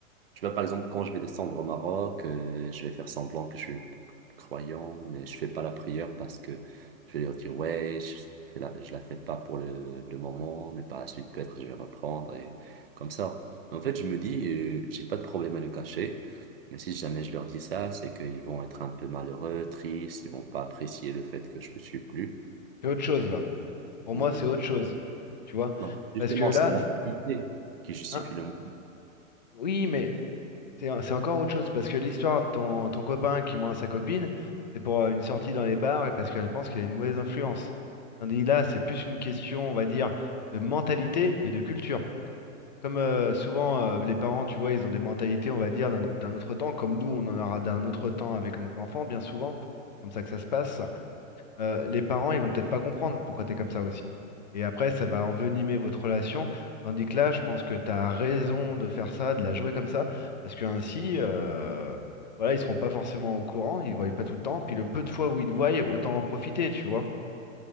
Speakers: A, on the right; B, on the left.
A: Tu vois, par exemple, quand je vais descendre au Maroc, euh, je vais faire semblant que je suis croyant, mais je fais pas la prière parce que je vais leur dire, ouais, je, fais la, je la fais pas pour le, le moment, mais par la suite, peut-être, je vais reprendre et comme ça. Mais En fait, je me dis, euh, j'ai pas de problème à le cacher, mais si jamais je leur dis ça, c'est qu'ils vont être un peu malheureux, tristes, ils vont pas apprécier le fait que je ne suis plus.
B: c'est autre chose, là. Pour
A: Hmm.
B: moi, c'est autre chose. Tu vois?
A: Non, justement,
B: Parce que là,
A: c'est l'activité
B: c'est-
A: qui justifie
B: hein,
A: le monde.
B: oui, mais C'est c'est encore autre chose, parce que l'histoire de ton, ton copain qui ment à sa copine, c'est pour euh, une sortie dans les bars et parce qu'elle pense qu'il a une mauvaise influence. Tandis là, c'est plus une question, on va dire, de mentalité et de culture. Comme euh, souvent, euh, les parents, tu vois, ils ont des mentalités, on va dire, d'un d'un autre temps, comme nous, on en aura d'un autre temps avec nos enfants, bien souvent. C'est comme ça que ça se passe euh, les parents, ils vont peut-être pas comprendre pourquoi tu es comme ça aussi. Et après, ça va envenimer votre relation. Tandis que là, je pense que tu as raison de faire ça, de la jouer comme ça, parce que ainsi, euh, voilà, ils seront pas forcément au courant, ils ne voient pas tout le temps. Puis le peu de fois où ils te voient, autant en profiter, tu vois.